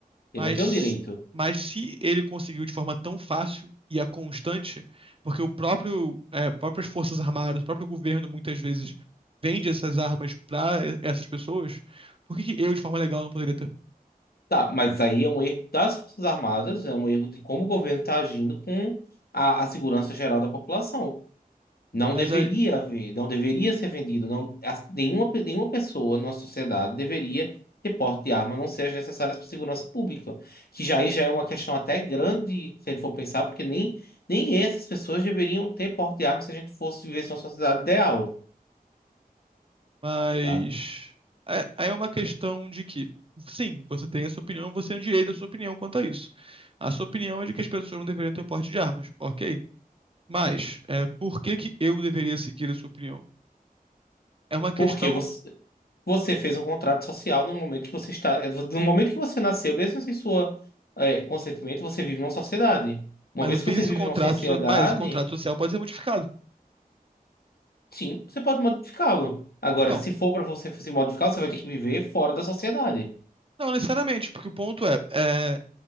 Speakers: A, on the left (about 85°); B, on the right (about 35°).
A: Ele
B: Mas,
A: não tem o direito.
B: mas se ele conseguiu de forma tão fácil e a constante, porque o próprio, é, próprias forças armadas, o próprio governo muitas vezes vende essas armas para essas pessoas, por que que eu, de forma legal, não poderia ter?
A: Tá, mas aí é um erro das Forças Armadas, é um erro de como o governo está agindo com a, a segurança geral da população. Não
B: Mas
A: deveria
B: é,
A: haver, não deveria ser vendido, não, as- nenhuma, pe- nenhuma pessoa na nossa sociedade deveria ter porte de arma, a não ser as necessárias para segurança pública, que já aí já é uma questão até grande, se a gente for pensar, porque nem, nem essas pessoas deveriam ter porte de arma se a gente fosse viver numa sociedade ideal,
B: Mas
A: sabe?
B: é, é uma questão de que, sim, você tem a sua opinião, você tem o direito à sua opinião quanto a isso. A sua opinião é de que as pessoas não deveriam ter porte de armas, ok? Mas é, por que que eu deveria seguir a sua opinião? É uma questão,
A: Porque você, você fez um contrato social no momento que você está, no momento que você nasceu, mesmo sem sua, eh, consentimento, você vive numa sociedade. Uma
B: mas
A: vez
B: eu fiz
A: que você
B: esse
A: vive
B: contrato,
A: numa sociedade
B: so- mas esse contrato social pode ser modificado.
A: Sim, você pode modificá-lo. Agora,
B: Então,
A: se for para você se modificar, você vai ter que viver fora da sociedade.
B: não necessariamente, porque o ponto é, é